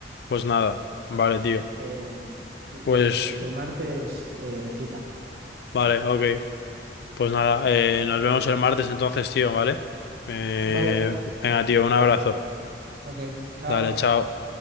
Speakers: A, on the left; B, on the right.
A: pues nada. Vale, tío.
B: Y que, y
A: Pues,
B: que eso, y que el martes eh, cita.
A: vale, ok. Pues nada, eh, nos vemos el martes entonces, tío, ¿vale? Eh,
B: Vale,
A: venga, tío, un abrazo.
B: ok, chao.
A: Dale, chao.